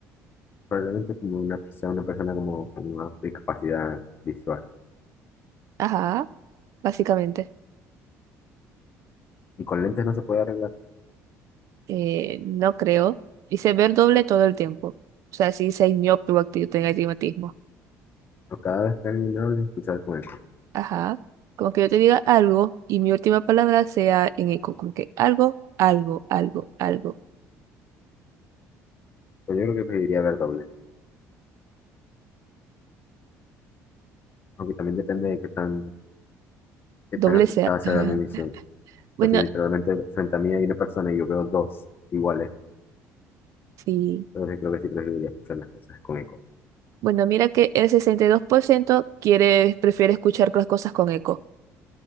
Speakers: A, on the left; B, on the right.
A: probablemente como una, sea una persona como con una discapacidad visual.
B: Ajá, básicamente.
A: Y con lentes no se puede arreglar.
B: Eh, no creo. Dice ver doble todo el tiempo. O sea, si dice miope o acti- tenga astigmatismo.
A: O cada vez que alguien hable, escuchar con eco.
B: Ajá. Como que yo te diga algo y mi última palabra sea en eco. Como que algo, algo, algo, algo.
A: Pues yo creo que preferiría ver doble. Aunque también depende de qué tan, qué
B: Doble
A: tan afectada
B: sea.
A: será
B: <laughs>
A: mi visión.
B: Bueno,
A: Pues si literalmente frente a mí hay una persona y yo veo dos iguales,
B: sí.
A: entonces creo que sí preferiría escuchar las cosas con eco.
B: Bueno, mira que el 62% quiere, prefiere escuchar las cosas con eco.